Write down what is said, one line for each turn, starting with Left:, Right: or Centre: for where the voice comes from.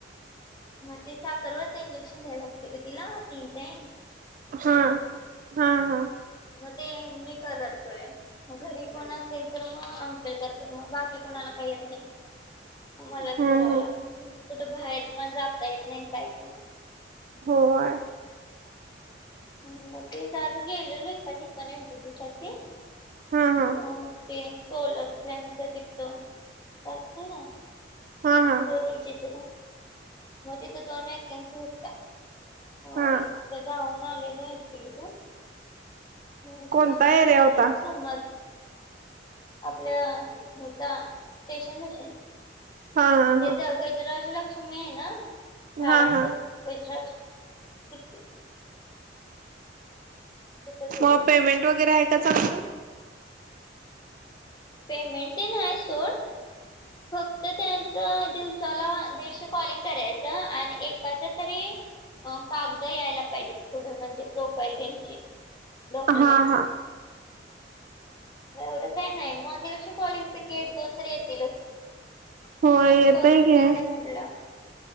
Left: मग ते साखर वरच इंजेक्शन घ्यायला लागतय ग तिला तीन टाईम.
Right: हा.. हा हा
Left: मग ते मी करत करतंय. मग घरी कोण असेल तर मग अंकल करतात मग बाकी कोणाला काय येत नाही. मग मलाच
Right: हम्म
Left: करावं लागत
Right: हम्
Left: कुठं बाहेर पण जाता येत नाही कायच नाही
Right: होय
Left: हम् म तेच आज गेलेलो एका ठिकाणी इंटरयू साठी
Right: हा हा
Left: ते सोलर प्लनच तिथं.. ते असते ना
Right: हा हा
Left: सौर ऊर्जेच काय मग तिथे दोन वॅकन्सी होत्या. ह
Right: हा
Left: ते जाऊन आलेला म्हटली काय तु? हो
Right: कोणता
Left: त्यांनी सांगितलं
Right: एरिया होता
Left: तर सोमत आपल्या हे त्या स्टेशन पशी
Right: हा हा
Left: हे
Right: हा
Left: गजराजलक्ष्मी आहे ना साड्यांच
Right: हा हा
Left: गुजराज तिथं तिथंच होतं
Right: मग पेमेंट वगैरे आहे का चांगलं?
Left: पेमेंटतेन आहे सोड फक्त त्यांच दिवसाला दीडशे कॉलिंग करायचं आणि एकाच तरी अ कागद यायला पाहिजेत पुढं म्हणजे प्रोफाईल त्यांची डॉक्युमेंट्स
Right: हा हा
Left: एवढं काही नाही मग दिडशे कॉलिंग पिकी एक दोन तर येतील की..
Right: होय
Left: आता
Right: येतय
Left: सौर ऊर्जेच
Right: घे
Left: म्हटलं..